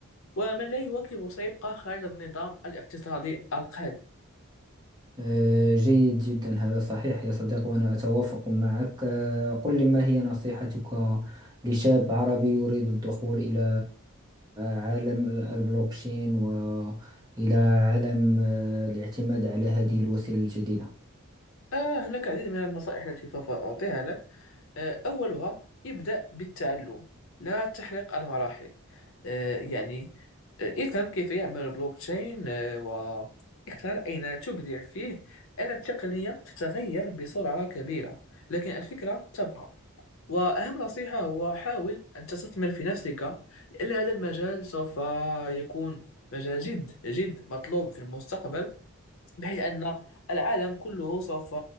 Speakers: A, on the left; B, on the right.
A: ومن لا يواكب سيبقى خارج النظام الاقتصادي القادم
B: آه، جيد جدا هذا صحيح يا صديق وأنا أتوافق معك آه، قل لي ما هي نصيحتك لشاب عربي يريد الدخول إلى عالم البلوكشين وإلى عالم آه، الاعتماد على هذه الوسيلة الجديدة
A: آه هناك العديد من النصائح التي سوف أعطيها لك آه، أولها ابدأ بالتعلم لا تحرق المراحل آه، يعني آه، افهم كيف يعمل البلوكتشين آه، واختار أين تبدع فيه أن التقنية تتغير بسرعة كبيرة لكن الفكرة تبقى وأهم نصيحة هو حاول أن تستثمر في نفسك لأن هذا المجال سوف يكون مجال جد جد مطلوب في المستقبل بحيث أن العالم كله سوف